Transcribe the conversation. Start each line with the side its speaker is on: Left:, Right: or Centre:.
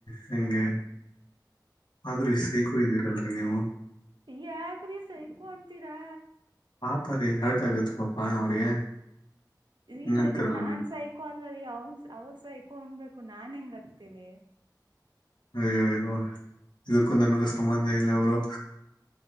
Left: ಹಗೆ ಆದ್ರೀ ಸೈಕೂ್ದೀರಲ್ರಿ ಅ ನೀವು
Right: ಯಾಕ್ರೀ ಸೈಕು ಅಂತೀರಾ
Left: ಪಾಪ ರೀ ಹರ್ಟ್ ಆಗತ್ ಪಾಪಾ ಅವ್ರಿಗೆ
Right: ಈಗ
Left: ಇಂತರಲ್ಲ
Right: ಅದಕ್ ನಾನ್
Left: ನೀನು
Right: ಸೈಕೋ ಅಲ್ಲ ರೀ ಅವನ್ ಅವ್ರ ಸ ಇಕೊಂಡ್ಬೇಕು ನಾನ್ ಹೆಂಗ ಆಗ್ತೀನಿ
Left: ಅಯ್ಯೋ ಅಯ್ಯೋ ಇದಕ್ಕೂ ನನ್ಗೂ ಸಂಬಂಧ ಇಲ್ಲ ಅವರು